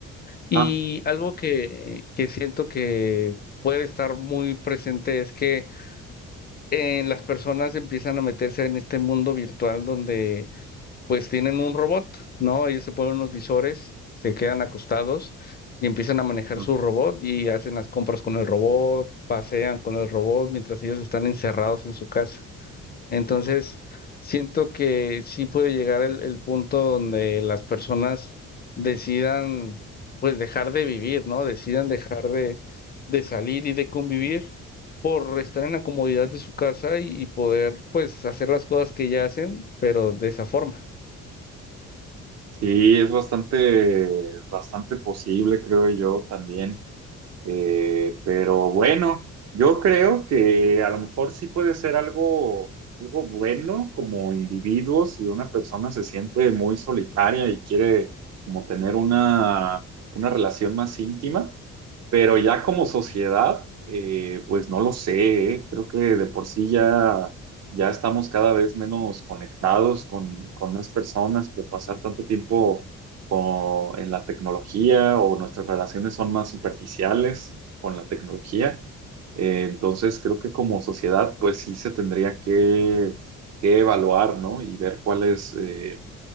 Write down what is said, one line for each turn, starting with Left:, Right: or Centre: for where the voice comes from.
Left: Y
Right: ajá.
Left: algo que, que siento que puede estar muy presente es que eh, las personas empiezan a meterse en este mundo virtual donde pues tienen un robot, ¿no? Ellos se ponen unos visores, se quedan acostados y empiezan a manejar
Right: Mm.
Left: su robot y hacen las compras con el robot, pasean con el robot mientras ellos están encerrados en su casa. Entonces, siento que sí puede llegar el, el punto donde las personas decidan, pues, dejar de vivir, ¿no? Decidan dejar de, de salir y de convivir por estar en la comodidad de su casa y, y poder, pues, hacer las cosas que ya hacen, pero de esa forma.
Right: Sí, es bastante, bastante posible, creo yo también. Eh, pero bueno, yo creo que a lo mejor sí puede ser algo, algo bueno como individuo si una persona se siente muy solitaria y quiere como tener una, una relación más íntima. Pero ya como sociedad, eh, pues no lo sé, ¿eh? Creo que de por sí ya, ya estamos cada vez menos conectados con, con las personas, que pasar tanto tiempo o- en la tecnología o nuestras relaciones son más superficiales con la tecnología. Eh, entonces creo que como sociedad, pues sí se tendría que, que evaluar, ¿no? Y ver cuál es, eh,